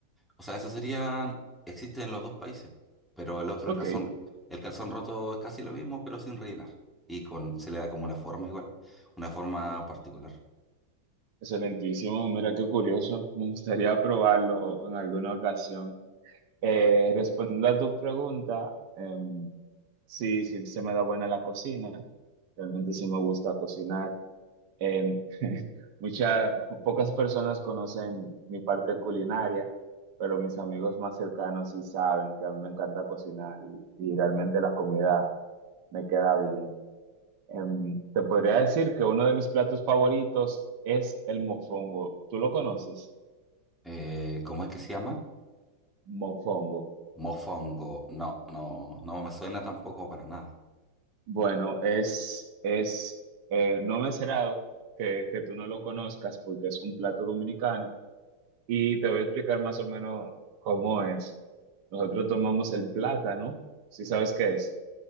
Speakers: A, in the centre; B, on the right.
A: O sea, eso serían, existen en los dos países, pero el otro,
B: Ok.
A: el calzón, el calzón roto es casi lo mismo, pero sin rellenar. Y con, se le da como una forma igual, una forma particular.
B: Excelentísimo, mira qué curioso. Me gustaría probarlo en alguna ocasión. Eh,
A: La-
B: respondiendo a tu pregunta, em, sí, sí se me da buena la cocina. Realmente sí me gusta cocinar. Em, <laughs> muchas, po- pocas personas conocen mi parte culinaria, pero mis amigos más cercanos sí saben que a mí me encanta cocinar y, y realmente la comida me queda bien. Em, te podría decir que uno de mis platos favoritos es el mofongo. ¿Tú lo conoces?
A: eh, ¿cómo es que se llama?
B: Mofongo.
A: Mofongo. No, no, no me suena tampoco para nada.
B: Bueno, es, es eh, no me será que, que tú no lo conozcas porque es un plato dominicano y te voy a explicar más o menos cómo es. Nosotros tomamos el plátano, si sabes qué es?